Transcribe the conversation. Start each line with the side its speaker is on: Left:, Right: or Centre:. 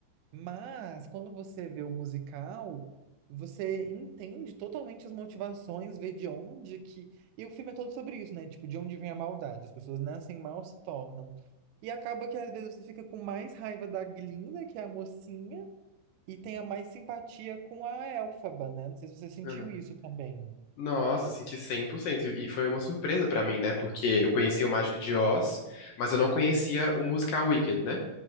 Right: Mas quando você vê o musical, você entende totalmente as motivações, vê de onde que. E o filme é todo sobre isso, né? Tipo, de onde vem a maldade. As pessoas nascem mal, se tornam. E acaba que às vezes você fica com mais raiva da Glinda, que é a mocinha, e tenha mais simpatia com a Elphaba, né? Não sei se você sentiu
Left: Aham.
Right: isso também.
Left: Nossa, eu senti cem por cento E foi uma surpresa pra mim, né? Porque eu conhecia o Mágico de Oz, mas eu não conhecia o musical Wicked, né?